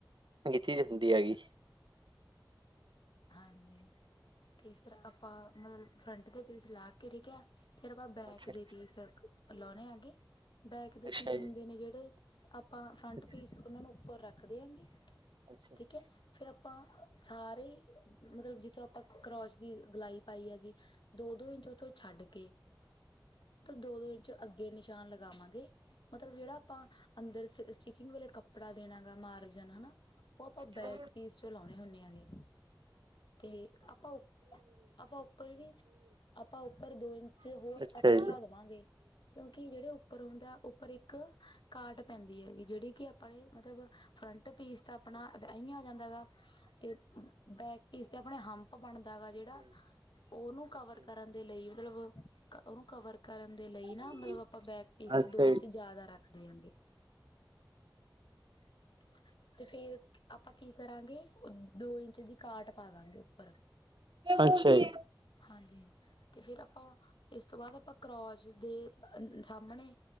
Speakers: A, on the right; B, on the left.
A: ਏ ਚੀਜ ਹੁੰਦੀ ਹੈਗੀ।
B: ਹਾਂਜੀ, ਤੇ ਫੇਰ ਆਪਾਂ ਮਤਲਬ ਫਰੰਟ ਦੇ ਪੇਚ ਲਾ ਕੇ ਠੀਕ ਐ, ਫਿਰ ਆਪਾਂ ਬੈਕ
A: ਅੱਛਾ
B: ਦੇ ਪੀਸ ਲਾਉਣੇ ਆਗੇ ਬੈਕ ਦੇ
A: ਅੱਛਾ
B: ਪੀਸ
A: ਜੀ
B: ਹੁੰਦੇ ਨੇ ਜੇੜੇ, ਆਪਾਂ ਫਰੰਟ
A: ਅੱਛਾ
B: ਪੀਸ ਉਨਾਂ ਨੂੰ ਉੱਪਰ ਰੱਖਦੇ ਆਂਗੇ
A: <inaudible>
B: ਹੈ ਫੇਰ ਆਪਾਂ ਸਾਰੇ ਮਤਲਬ ਜਿੱਥੋਂ ਆਪਾਂ ਕਰੋਚ ਦੀ ਗਲਾਈ ਪਾਈ ਹੈਗੀ, ਦੋ-ਦੋ ਇੰਚ ਉੱਥੋਂ ਛੱਡ ਕੇ ਦੋ-ਦੋ ਇੰਚ ਅੱਗੇ ਨਿਸ਼ਾਨ ਲਗਾਵਾਂਗੇ, ਮਤਲਬ ਜੇੜਾ ਆਪਾਂ ਅੰਦਰ ਸਿ ਸਟਿਚਿੰਗ ਵੇਲੇ ਕੱਪੜਾ ਦੇਣਾ ਗਾ ਮਾਰਜਨ ਹਨਾ, ਓ ਆਪਾਂ
A: ਅੱਛਾ
B: ਬੈਕ
A: ਜੀ
B: ਪੀਸ ਚੋਂ ਲਾਉਣੇ ਹੁੰਦੇ ਆਗੇ। ਤੇ ਆਪਾਂ ਆਪਾਂ ਉੱਪਰ ਵੀ, ਆਪਾਂ ਉੱਪਰ ਦੋ ਇੰਚ ਹੋਰ
A: ਅੱਛਾ
B: ਐਕਸਟਰਾ
A: ਜੀ ਅੱਛਾ ਜੀ ਅੱਛਾ ਜੀ ਅੱਛਾ
B: ਦੇਵਾਂਗੇ। ਕਿਉਂਕਿ ਜੇੜੇ ਉੱਪਰ ਹੁੰਦਾ, ਉੱਪਰ ਇੱਕ ਕਾਟ ਪੈਂਦੀ ਹੈਗੀ ਜੇੜੀ ਕਿ ਆਪਣੇ ਮਤਲਬ ਫਰੰਟ ਪੀਸ ਤਾਂ ਆਪਣਾ ਐਂਈ ਆ ਜਾਂਦਾ ਗਾ, ਤੇ ਬੈਕ ਪੀਸ ਤੇ ਆਪਣੇ ਹੰਪ ਬਣਦਾ ਗਾ ਜੇੜਾ, ਓਨੂੰ ਕਵਰ ਕਰਨ ਦੇ ਲਈ ਮਤਲਬ ਓਨੂੰ ਕਵਰ ਕਰਨ ਦੇ ਲਈ ਨਾ,
A: ਜੀ
B: ਮਤਲਬ ਆਪਾਂ ਬੈਕ ਪੀਸ
A: ਅੱਛਾ
B: ਚ ਦੋ ਇੰਚ
A: ਜੀ
B: ਜਾਦਾ ਰੱਖ ਦੇਹਾਂਗੇ। <inaudible> ਤੇ ਫੇਰ ਆਪਾਂ ਕੀ ਕਰਾਂਗੇ, ਦੋ ਇੰਚ ਦੀ ਕਾਟ ਪਾਵਾਂਗੇ ਉੱਪਰ। ਠੀਕ
A: ਅੱਛਾ ਜੀ।
B: ਹਾਂਜੀ, ਤੇ ਫੇਰ ਆਪਾਂ ਇਸ ਤੋਂ ਬਾਦ ਆਪਾਂ ਕਰੋਚ ਦੇ ਅ ਸਾਹਮਣੇ